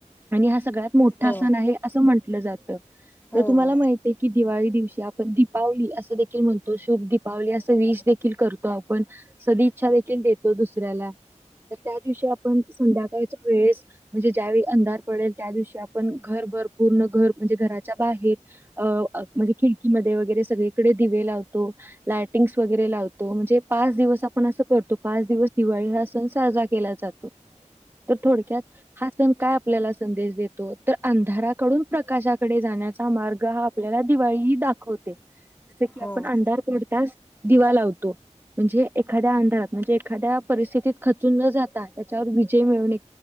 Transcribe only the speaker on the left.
हो
हो
हो
हो.